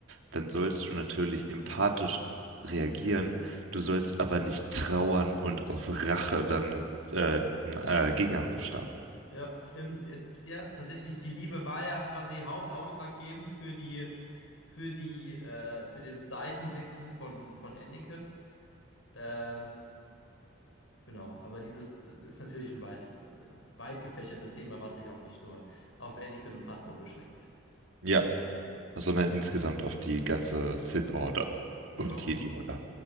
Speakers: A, on the right; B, on the left.
A: dann sollst du natürlich empathisch reagieren. Du sollst aber nicht trauern und aus Rache dann äh, einen äh, Gegenangriff starten.
B: Ja, stimmt. Äh, Ja, tatsächlich, die Liebe war ja quasi hauptausschlaggebend für die, für die, äh, für den Seitenwechsel von, von Anakin. Ähm, genau, aber dieses ist natürlich ein weit, äh, weit gefächertes Thema, was sich auch nicht nur auf Anakin und Padma beschränkt.
A: Ja, sondern insgesamt auf die ganze Sith Order
B: Genau.
A: und Jedi Order.